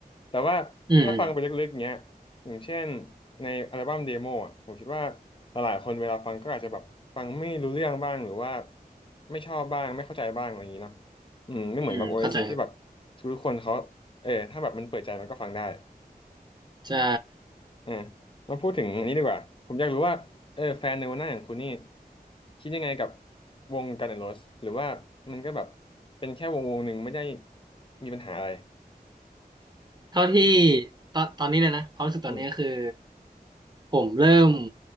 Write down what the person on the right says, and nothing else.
อืมอืม
อืมเข้าใจครับ
ใช่
เท่าที่ตอนตอนนี้เลยนะความรู้สึกตอนนี้ก็คือ
ผมเริ่ม